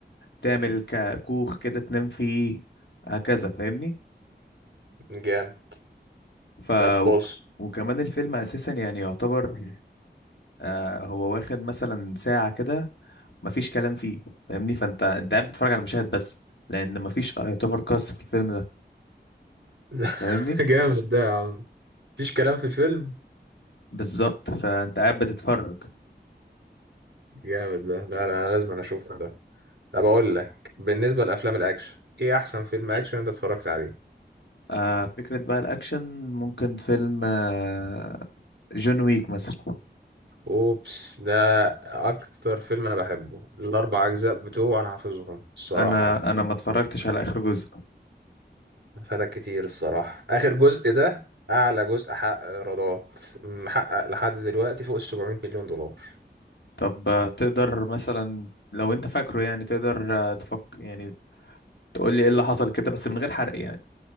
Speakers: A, on the left; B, on the right.
A: تعمل كوخ كده تنام فيه هكذا فاهمني
B: جامد
A: ف
B: طب
A: وك-
B: بص
A: وكمان الفيلم أساسا يعني يعتبر آه، هو واخد مثلا ساعة كده مفيش كلام فيه فاهمني فانت انت قاعد بتتفرج على مشاهد بس لأن مفيش يعتبر قصة في الفيلم ده
B: <laughs> ده
A: فاهمني
B: جامد ده يا عم مفيش كلام في الفيلم
A: بالظبط فانت قاعد بتتفرج
B: جامد ده لا لا انا لازم أنا اشوفه ده طب اقول لك بالنسبه لافلام الاكشن ايه احسن فيلم اكشن انت اتفرجت عليه
A: آه فكرة بقى الأكشن ممكن فيلم آه جون ويك مثلا
B: اوبس ده اكتر فيلم انا بحبه الاربع اجزاء بتوعه انا حافظهم الصراحه
A: أنا
B: يعني
A: أنا ما اتفرجتش على آخر جزء
B: فاتك كتير الصراحه اخر جزء ده اعلى جزء حقق ايرادات محقق لحد دلوقتي فوق ال 700 مليون دولار
A: طب آه، تقدر مثلا لو أنت فاكره يعني تقدر آه تفك يعني تقول لي إيه اللي حصل كده بس من غير حرق يعني